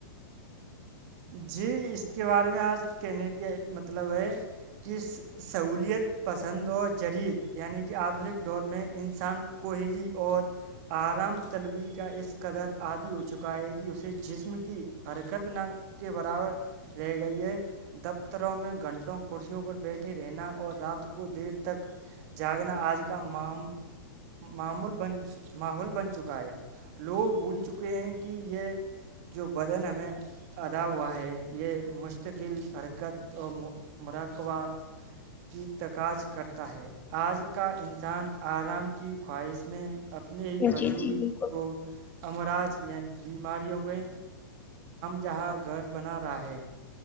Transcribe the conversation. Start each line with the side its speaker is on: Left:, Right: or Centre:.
Right: جی اس کے بارے میں آج کہنے کا مطلب ہے کہ سہولیت پسند اور جریید یعنی آدنک دور میں انسان کوہلی اور آرام طلبی کا اس قدر عادی ہو چکا ہے کہ اسے جسم کی حرکت نہ کے برابر رہ گئیے ہے دفتروں میں گھنٹوں کرسیوں پر بیٹھے رہنا اور رات کو دیر تک جاگنا آج کا معام ماحول بن چکا ہے لوگ بھول چکے ہیں کہ یہ جو بدن ہمیں عطا ہوا ہے یہ مستقل حرکت اور مراقبہ کی تکاج کرتا ہے آج کا انسان آرام کی خواہش میں اپنے ہی
Left: جی
Right: وجود
Left: جی بالکل
Right: کو امراج یعنی بیماریوں کےئے جاں گھر بنا رہا ہے